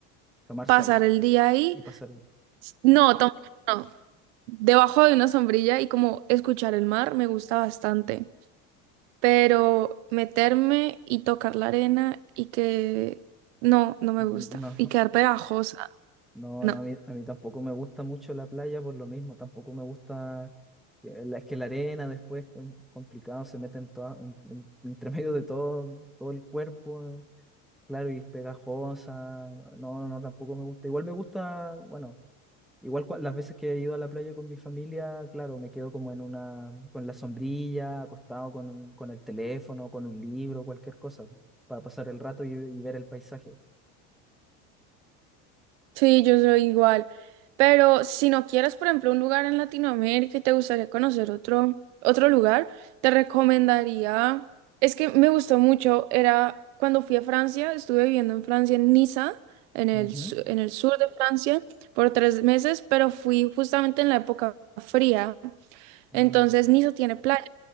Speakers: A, in the centre; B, on the right (about 80°).
A: Tomar
B: pasar
A: sol
B: el día ahí.
A: y pasar...
B: No, tampoco, no, debajo de una sombrilla y como escuchar el mar me gusta bastante, pero meterme y tocar la arena y que no, no me
A: mm,
B: gusta
A: No.
B: y quedar pegajosa,
A: No,
B: no.
A: no, a mí, a mí tampoco me gusta mucho la playa por lo mismo, tampoco me gusta, eh, la- es que la arena después que es complicado, se mete en, toda- en- en- <laughs> entre medio de todo, todo el cuerpo, claro, y es pegajosa, no, no, no, tampoco me gusta, igual me gusta, bueno, igual cua- las veces que he ido a la playa con mi familia, claro, me quedo como en una, con la sombrilla, acostado con un- con el teléfono, con un libro, cualquier cosa, para pasar el rato y, y ver el paisaje.
B: Sí, yo soy igual. Pero si no quieres, por ejemplo, un lugar en Latinoamérica y te gustaría conocer otro, otro lugar, te recomendaría. Es que me gustó mucho. Era cuando fui a Francia, estuve viviendo en Francia, en Niza, en el,
A: Ujú.
B: su- en el sur de Francia, por tres meses, pero fui justamente en la época fría.
A: Ah,
B: Entonces, Niza tiene playa